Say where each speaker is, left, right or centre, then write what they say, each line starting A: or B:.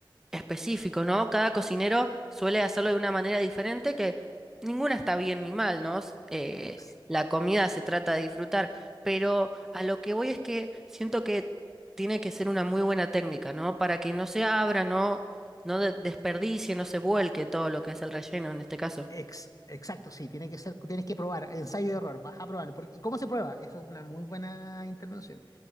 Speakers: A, in the centre; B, on the left.
A: específico, ¿no? Cada cocinero suele hacerlo de una manera diferente que ninguna está bien ni mal, ¿no? S- eh,
B: Ex-
A: la comida se trata de disfrutar, pero a lo que voy es que siento que tiene que ser una muy buena técnica, ¿no? Para que no se abra, no, no de- desperdicie, no se vuelque todo lo que es el relleno en este caso.
B: Ex- exacto, sí, tiene que ser, tienes que probar, ensayo y error, vas a probar. Porque, ¿y cómo se prueba? Eso es una muy buena intervención.